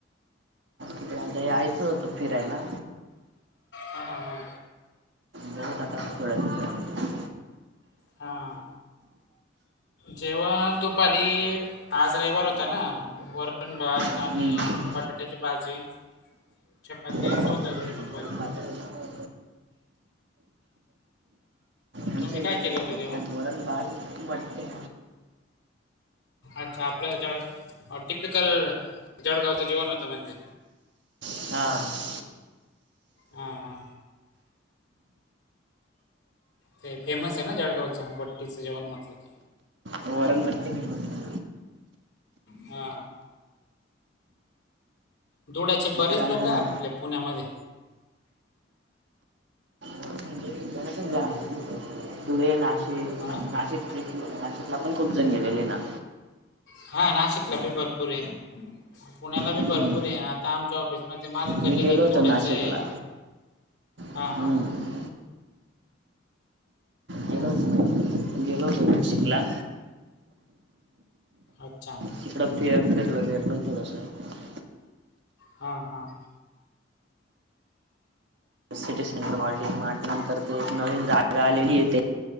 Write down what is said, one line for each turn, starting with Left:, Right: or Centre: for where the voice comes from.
Right: की मंग ते यायचं होत फिरायला.
Left: हा हा
Right: बघुक आता थोड्या दिवसानंतर
Left: हां जेवण दुपारी, आज रयवार होता ना, वरण, भात त
Right: हम्म.
Left: आणि बटाट्याची भाजी, चपाती
Right: आमच्या
Left: असं होत
Right: घरी
Left: दुपारी.
Right: वरण भातच होता आमच्या
Left: तुम्ही
Right: घरी
Left: काय केलं होतं
Right: पण
Left: जेवण
Right: ते वरण भात बट्टे
Left: अच्छा, आपलं जळ टिपिकल जळगावचं जेवण होतं म्हणजे
Right: हा
Left: हा हा ते फेमस ये ना जळगावचं, भट्टीचं जेवण म्हटलं की,
Right: वरण बट्टी फेमस ये.
Left: हा धुळ्यात चे बरेच
Right: काय
Left: लोक
Right: अजून
Left: य, आपले पुण्यामध्ये
Right: म्हणजे <unintelligible> धुळे, नाशिक
Left: हां
Right: म्हणजे, नाशिक, नाशिकला पण खूप जण गेलेले ना
Left: हा नाशिकला बी भरपूर ये. पुण्याला
Right: हम्म.
Left: बी भरपूर ये, आता आमच्या ऑफिसमध्ये माझ कलीक
Right: मी गेलो
Left: एक
Right: होतो
Left: तुड्याचा
Right: नाशिकला
Left: हाय, हा
Right: हम्म.
Left: हा
Right: गेलो होतो गेलो होतो नाशिकला
Left: अच्छा
Right: तिकड फे फिरलो बिरलो थोडसं
Left: हा हा
Right: सिटी सेंटर मार्ट ये, मार्टनंतर ते एक नवीन जागा आलेली ये ते